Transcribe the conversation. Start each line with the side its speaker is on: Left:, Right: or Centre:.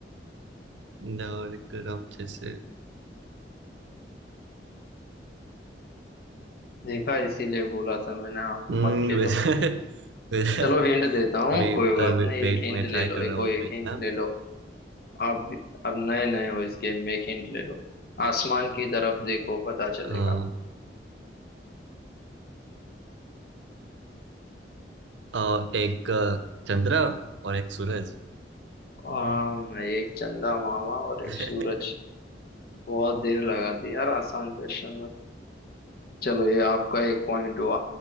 Right: ठंडा और गरम जैसे
Left: देखा इसीलिए बोला था मैंने आप
Right: हम्म,
Left: मत खेलो
Right: <laughs> वैसे, वैसे
Left: चलो हिंट देता हूँ
Right: अभी
Left: कोई बात नहीं एक
Right: वेट
Left: हिंट
Right: में ट्राई
Left: ले लो
Right: कर रहा
Left: एक
Right: हूँ
Left: और एक
Right: अभी,
Left: हिंट
Right: है ना
Left: ले लो आप भी- अब नए नए हो इस गेम में एक हिंट ले लो आसमान की तरफ देखो पता चलेगा
Right: अ, अ, एक अ, चंद्र और एक सूरज
Left: आम, एक चंदा मामा और
Right: <laughs>
Left: एक सूरज बहुत देर लगा दी यार आसान क्वेश्चन में चलो ये आपका एक पॉइंट हुआ